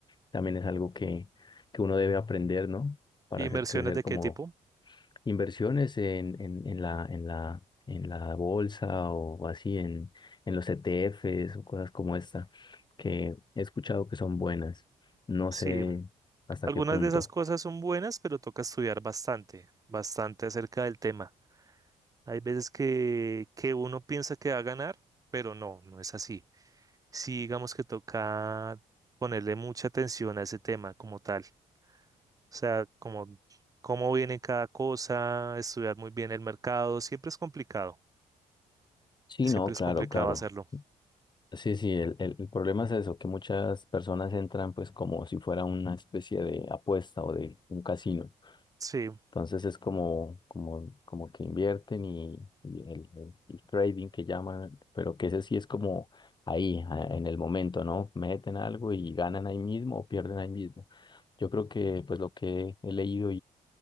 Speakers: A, on the left; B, on the right.
A: también es algo que, que uno debe aprender, ¿no? Para
B: ¿Inversiones
A: hacer crecer
B: de
A: como
B: qué tipo?
A: inversiones en, en, en la, en la, en la bolsa o así, en, en los ETFs o cosas como esta, que he escuchado que son buenas. No
B: Sí.
A: sé hasta
B: Algunas
A: qué punto.
B: de esas cosas son buenas, pero toca estudiar bastante, bastante acerca del tema. Hay veces que, que uno piensa que va a ganar, pero no, no es así. Sí, digamos que toca ponerle mucha atención a ese tema como tal. O sea, como cómo viene cada cosa, estudiar muy bien el mercado, siempre es complicado,
A: Sí,
B: siempre
A: no, claro,
B: es complicado
A: claro.
B: hacerlo.
A: Sí, sí, el, el, el problema es eso, que muchas personas entran pues como si fuera una especie de apuesta o de un casino.
B: Sí,
A: Entonces es como, como, como que invierten y, y el, el- el trading que llaman, pero que ese sí es como ahí, a- en el momento, ¿no? Meten algo y ganan ahí mismo o pierden ahí mismo. Yo creo que pues lo que he leído